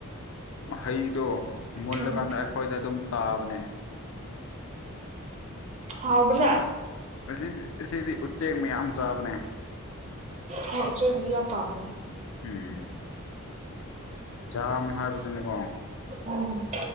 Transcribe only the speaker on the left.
ꯍꯩꯗꯣ ꯃꯨꯜꯂꯀꯥꯟꯗ
ꯑꯩꯈꯣꯏꯗ ꯑꯗꯨꯝ ꯇꯥꯕꯅꯦ
ꯑꯁꯤꯗꯤ ꯑꯁꯤꯗꯤ ꯎꯆꯦꯛ ꯃꯌꯥꯝ ꯆꯥꯕꯅꯦ
ꯎꯝ ꯖꯥꯝ ꯍꯥꯏꯕꯗꯨꯅꯤꯀꯣ